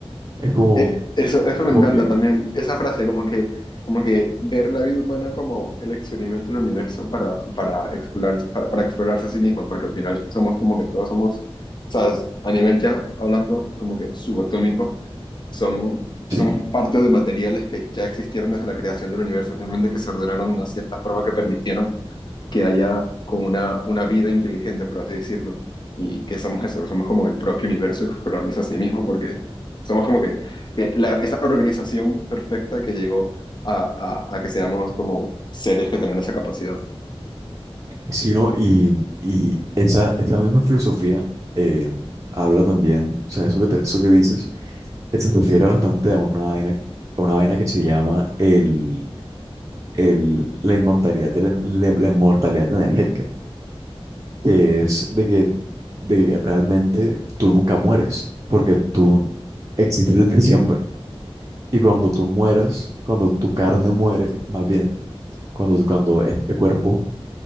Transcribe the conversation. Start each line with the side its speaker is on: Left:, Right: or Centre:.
Right: Es como,
Left: Eh, Eso, eso me
Right: como
Left: encanta
Right: que,
Left: también, esa frase como que, como que ver la vida humana como el experimento del universo para, para, explorar, para, para explorarse a sí mismo, porque al final somos como que todos somos, ¿sabes? A nivel ya hablando como que subatómico, son,
Right: sí.
Left: somos parte de materiales que ya existieron desde la creación del universo, simplemente que se ordenaron de una cierta forma que permitieron que haya como una, una vida inteligente, por así decirlo, y que somos eso, que somos como el propio universo explorándose a sí mismo, porque somos como que, que la- esa organización perfecta que llegó a, a, a que seamos como seres que tengan esa capacidad,
Right: Sí, ¿no? Y, y esa, esa misma filosofía eh, habla también, o sea, eso que, te- eso que dices, eh, se refiere bastante a una vaina, a una vaina que se llama el, el, la inmortalidad, de la, la- la inmortalidad energética, que es de que, de que realmente tú nunca mueres, porque tú existes desde siempre. Y cuando tú mueras, cuando tu carne muere, más bien, cuando, cuando este cuerpo